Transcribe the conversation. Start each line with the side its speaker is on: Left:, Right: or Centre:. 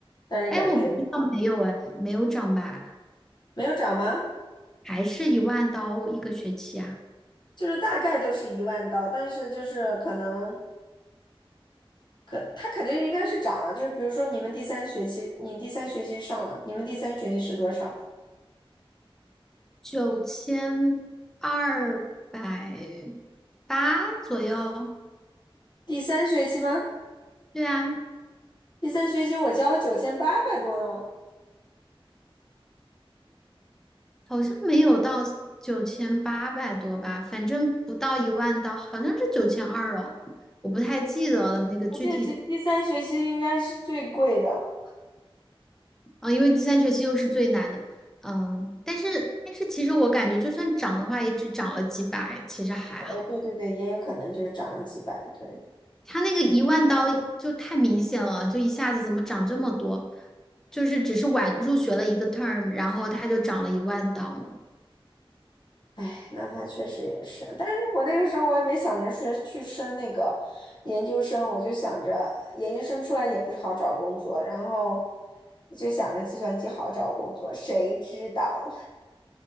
Left: 但是感觉
Centre: 哎，我不知道没有哎，没有涨吧？
Left: 没有涨吗？
Centre: 还是一万刀一个学期啊？
Left: 就是大概都是一万刀，但是就是可能。可他肯定应该是涨了，就是比如说你们第三学期，你第三学期上了，你们第三学期是多少？
Centre: 九千二百八左右。
Left: 第三学期吗？
Centre: 对啊，
Left: 第三学期我交了九千八百多呢，
Centre: 好像没有到九千八百多吧，反正不到一万刀，好像是九千二哦，我不太记得了那个具体的
Left: 我记得这第三学期应该是最贵的。
Centre: 啊，因为第三学期又是最难的，嗯，但是但是其实我感觉就算涨的话，也只涨了几百，其实还好。
Left: 哎，对对对，也有可能就是涨了几百，对。
Centre: 它那个一万刀就太明显了，就一下子怎么涨这么多？就是只是晚入学了一个 term，然后它就涨了一万刀。
Left: 哎，那他确实也是，但是我那个时候我也没想着说去升那个研究生，我就想着研究生出来也不是好找工作，然后就想着计算机好找工作，谁知道？